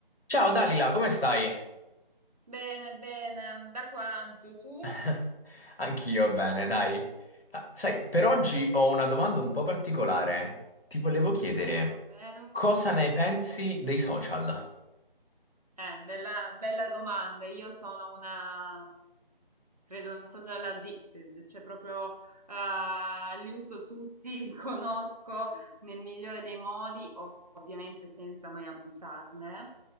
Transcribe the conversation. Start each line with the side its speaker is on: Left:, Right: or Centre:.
Left: Ciao Dalila, come stai?
Right: Bene, bene, mm, da quanto tu?
Left: <laughs> Anch'io bene, dai. Ah, sai, per oggi ho una domanda un po' particolare. Ti volevo chiedere
Right: Ovvero?
Left: cosa ne pensi dei social?
Right: Eh, bella, bella domanda. Io sono una Credo una social addicted, cioè proprio ah, li uso tutti, <laughs> li conosco nel migliore dei modi, ov- ovviamente senza mai abusarne,